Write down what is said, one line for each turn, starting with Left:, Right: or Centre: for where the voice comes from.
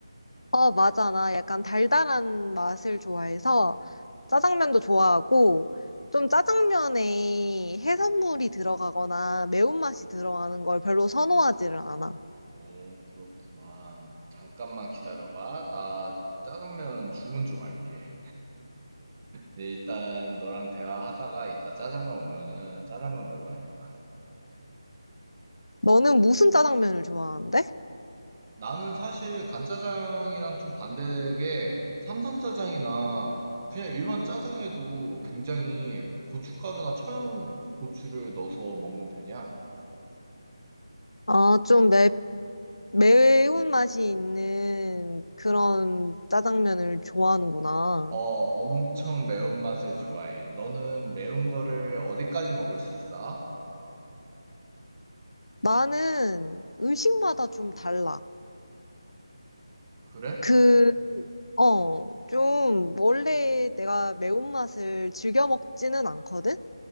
Left: 어, 맞아. 나 약간 달달한 맛을 좋아해서 짜장면도 좋아하고, 좀 짜장면에 해산물이 들어가거나 매운맛이 들어가는 걸 별로 선호하지를 않아.
Right: 오, 그렇구만. 잠깐만 기다려봐. 나 짜장면 주문 좀 할게. 네, 일단 너랑 대화하다가 이따 짜장면 오면은 짜장면 먹어야겠다.
Left: 너는 무슨 짜장면을 좋아하는데?
Right: 나는 사실 간짜장이랑 좀 반대되게 삼선짜장이나 그냥 일반 짜장에도 굉장히 고춧가루나 청양고추를 넣어서 먹는 편이야.
Left: 아, 좀 매, 매운맛이 있는 그런 짜장면을 좋아하는구나.
Right: 어, 엄청 매운맛을 좋아해. 너는 매운 거를 어디까지 먹을 수 있어?
Left: 나는 음식마다 좀 달라.
Right: 그래?
Left: 그, 어, 좀 원래 내가 매운맛을 즐겨 먹지는 않거든?